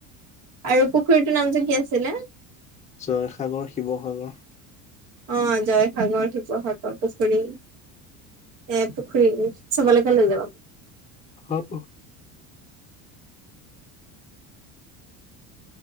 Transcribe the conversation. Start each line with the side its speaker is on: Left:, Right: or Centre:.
Right: আৰু পুখুৰীটোৰ নাম যে কি আছিলে?
Left: জয়সাগৰ শিৱসাগৰ।
Right: অ জয়সাগৰ শিৱসাগৰ পুখুৰী। এ পুখুৰী চবলৈকে লৈ যাবা।
Left: হ'ব